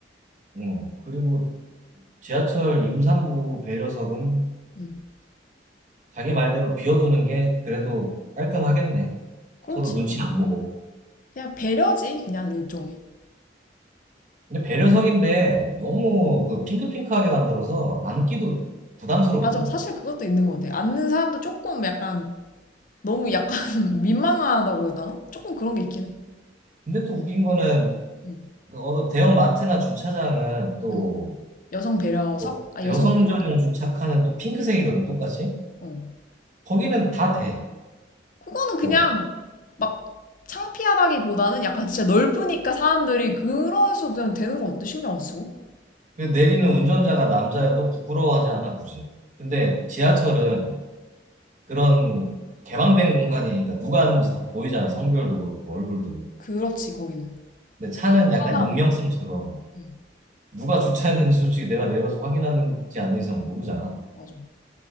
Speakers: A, on the right; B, on the left.
A: 응. 그리고 지하철 임산부 배려석은
B: 음,
A: 자기 말대로 비워두는 게 그래도 깔끔하겠네.
B: 그렇지.
A: 서로 눈치 안 보고.
B: 그냥 배려지. 그냥 일종의.
A: 근데 배려석인데 너무 그 핑크핑크하게 만들어서 앉기도 부담스럽고.
B: 맞아. 사실 그것도 있는 것 같아. 앉는 사람도 조금 약간 너무 약간 <laughs> 민망하다고 해야 되나? 조금 그런 게 있긴 해.
A: 근데 또 웃긴 거는
B: 음,
A: 그 어느 대형 마트나 주차장은 또
B: 음. 여성 배려석?
A: 또
B: 아,
A: 여성
B: 여성 배려?
A: 전용 주차칸은 또 핑크색이거든, 똑같이.
B: 어.
A: 거기는 다 돼,
B: 그거는 그냥
A: 또.
B: 막 창피하다기보다는 약간 진짜 넓으니까 사람들이 그래서 그냥 되는 것 같아. 신경 안 쓰고.
A: 그 내리는 운전자가 남자여도 부끄러워하지 않아, 굳이. 근데 지하철은
B: 맞아.
A: 그런 개방된 공간이니까 누가 하는지 다 보이잖아, 성별도 그렇고, 얼굴도.
B: 그렇지, 거기는.
A: 근데 차는 약간
B: 하나고.
A: 익명성처럼
B: 음.
A: 누가 주차했는지 솔직히 내가 내려서 확인하는지 않는 이상 모르잖아.
B: 맞아.